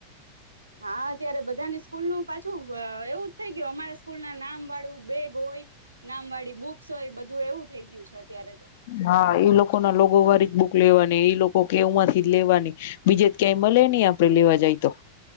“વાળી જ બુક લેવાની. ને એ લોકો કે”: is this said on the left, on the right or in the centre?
Left